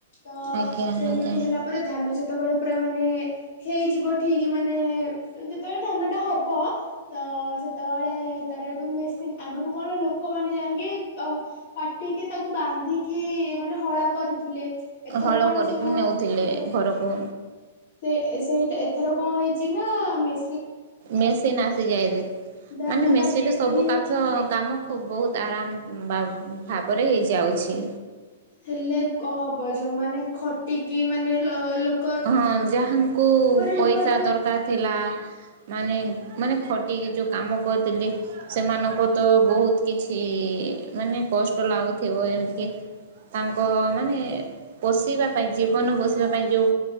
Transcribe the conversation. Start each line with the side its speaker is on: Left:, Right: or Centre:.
Left: ତ
Right: ଆଜ୍ଞା
Left: ସେମିତି
Right: ଆଜ୍ଞା
Left: ହେଲା ପରେ ଧାନ ଯେ ଯେତୋବେଳେ ପୁରା ମାନେ ହେଇଯିବ ଠିକ ମାନେ ଯେତେବେଳେ ଧାନଟା ହବ। ତ ସେତେବେଳେ ତାର ଏଠୁ ମେସିନ ଆଗୁରୁ କଣ ଲୋକମାନେ ଯାଇକି ଅ କାଟିକି ତାକୁ ବାନ୍ଧିକି ମାନେ ହଳା କରୁଥିଲେ। ଏଥର
Right: ହଳ
Left: କଣ
Right: କରିକି
Left: ସବୁ
Right: ନେଉଥିଲେ ଘରକୁ।
Left: ସେ ସେଇଟା ଏଥର କଣ ହେଇଛି ନା ମେ
Right: ମେସିନ୍ ଆସିଯାଇଛି
Left: ଧାନ
Right: ମାନେ ମେସିନ୍
Left: କାଟିକି
Right: ରେ ସବୁ କାଚ କାମ ବହୁତ ଆରାମ ବା ଭାବରେ ହେଇଯାଉଛି।
Left: ହେଲେ କଁ ହବ ଯୋଉ ମାନେ ଖଟିକି ମାନେ ଲ ଲୋ
Right: ହଁ ଯାହାଙ୍କୁ ପଇସା
Left: ବିପଦ
Right: ଦରକାର ଥିଲା। ମାନେ ମାନେ ଖଟିକି ଯୋଉ କାମ କରୁଥିଲେ ସେମାନଙ୍କୁ ତ ବହୁତ କିଛି ମାନେ କଷ୍ଟ ଲାଗୁଥିବ ଯେମିତିକିି ତାଙ୍କ ମାନେ ପୋଷେଇବା ପାଇଁ ଜୀବନ ପୋଷେଇବ ପାଇଁ ଯୋଉ